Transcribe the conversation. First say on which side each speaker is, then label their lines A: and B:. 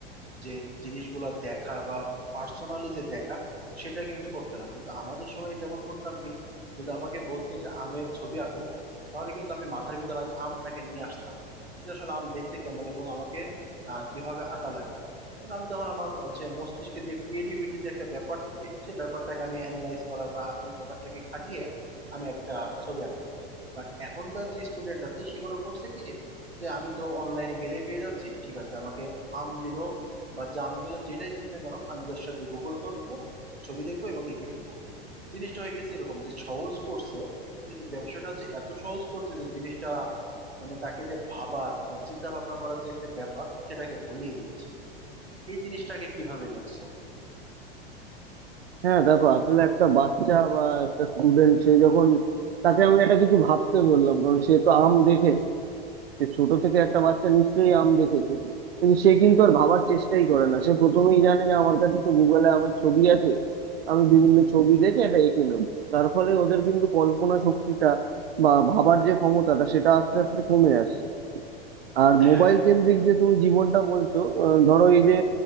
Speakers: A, on the right; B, on the right.
A: যে জিনিসগুলো দেখা বা পার্সোনালি যে দেখা সেটা কিন্তু করতে না কিন্তু আমাদের সময় যেমন করতাম কি যদি আমাকে বলতো যে আমের ছবি আঁকো তাহলে কিন্তু আমি মাথার ভিতর আগে আমটাকে নিয়ে আসতাম যে আসলে আম দেখতে কেমন এবং আমাকে আহ, কিভাবে আঁকা লাগবে কারণ আমি তখন আমার হচ্ছে মস্তিষ্কে যে ক্রিয়েটিভিটি যে একটা ব্যাপার থাকে সেই ব্যাপারটাকে আমি অ্যানালাইজ করা বা ওই ব্যাপারটাকে খাটিয়ে আমি একটা ছবি আঁকতাম বাট এখনকার যে স্টুডেন্ট আছে সেগুলো করছে কি যে আমি তো অনলাইনে গেলেই পেয়ে যাচ্ছি ঠিক আছে আমাকে আম দিল বা জাম দিল যেটাই দিক না কেন আমি তার সাথে গুগল করব ছবি দেখবো এবং এঁকে ফেলবো জিনিসটা হয়ে গেছে এরকম যে সহজ করছে কিন্তু ব্যবসাটা যে এত সহজ করছে যে জিনিসটা মানে তাকে যে ভাবার বা চিন্তা ভাবনা করার যে একটা ব্যাপার সেটাকে ভুলিয়ে দিচ্ছে এই জিনিসটাকে কিভাবে দেখছো
B: হ্যাঁ দেখো আসলে একটা বাচ্চা বা একটা স্টুডেন্ট সে যখন তাকে আমি একটা কিছু ভাবতে বললাম কারণ সে তো আম দেখেছে সে ছোট থেকে একটা বাচ্চা নিশ্চয়ই আম দেখেছে কিন্তু সে কিন্তু আর ভাবার চেষ্টাই করে না সে প্রথমেই জানে যে আমার কাছে তো গুগলে আমের ছবি আছে আমি বিভিন্ন ছবি দেখে এটা এঁকে নেবো তার ফলে ওদের কিন্তু কল্পনা শক্তিটা বা ভাবার যে ক্ষমতাটা সেটা আস্তে আস্তে কমে আসছে আর মোবাইল
A: হ্যাঁ
B: কেন্দ্রিক যে তুমি জীবনটা বলছো আহ, ধরো এই যে